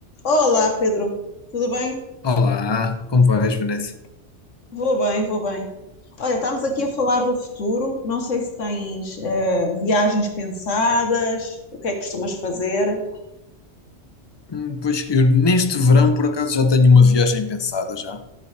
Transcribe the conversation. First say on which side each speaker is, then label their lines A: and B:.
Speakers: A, on the left; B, on the left.
A: Olá, Pedro. Tudo bem?
B: Olá, como vais, Vanessa?
A: Vou bem, vou bem. Olha, estamos aqui a falar do futuro. Não sei se tens eh, viagens pensadas, o que é que costumas fazer?
B: Hum, pois eu neste verão por acaso já tenho uma viagem pensada já.